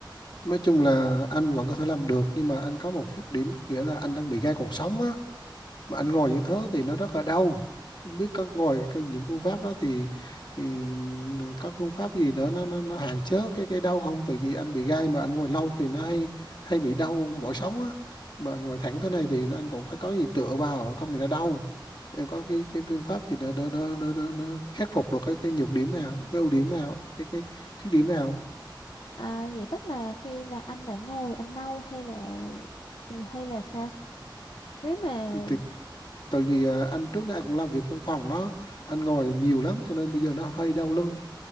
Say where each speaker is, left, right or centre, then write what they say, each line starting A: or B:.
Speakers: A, on the left; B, on the left.
A: nói chung là anh vẫn có thể làm được nhưng mà anh có một khuyết điểm có nghĩa là anh đang bị gai cuộc sống á mà anh ngồi như thế thì nó rất là đau không biết có ngồi cái, những phương pháp đó thì, thì các phương pháp gì nữa nó nó, nó hạn chế cái cái đau không tại vì anh bị gai mà anh ngồi lâu thì nó hay hay bị đau mỏi sống á mà anh ngồi thẳng thế này thì anh cũng phải có gì tựa vào không thì nó đau em có cái cái phương pháp gì đó đó đó đó, đó, đó khắc phục được cái cái nhược điểm nào cái ưu điểm nào cái cái khuyết điểm nào
B: À, vậy tức là khi là anh đã ngồi anh đâu hay là hay là sao? Nếu mà
A: thì tại vì à, anh trước đây anh cũng làm việc văn phòng đó anh ngồi nhiều lắm cho nên bây giờ nó hơi đau lưng